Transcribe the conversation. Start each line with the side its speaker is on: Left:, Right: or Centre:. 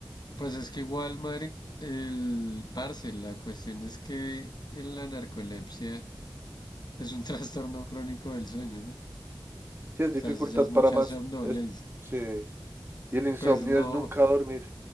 Left: Pues es que igual, Mari, el parce, la cuestión es que en la narcolepsia es un <laughs> trastorno crónico del sueño, ¿no? O
Right: Sí, es
Left: sea,
Right: dificultad
Left: eso ya es mucha
Right: para más.
Left: somnolencia.
Right: Es, sí. Y el insomnio
Left: Pues no,
Right: es nunca dormir.